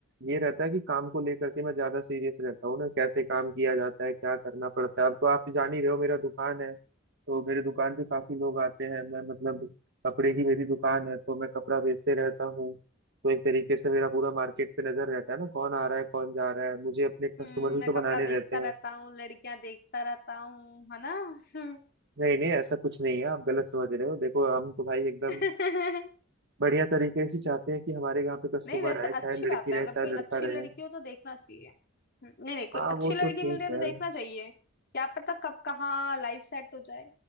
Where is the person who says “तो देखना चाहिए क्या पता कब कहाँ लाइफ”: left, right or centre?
Left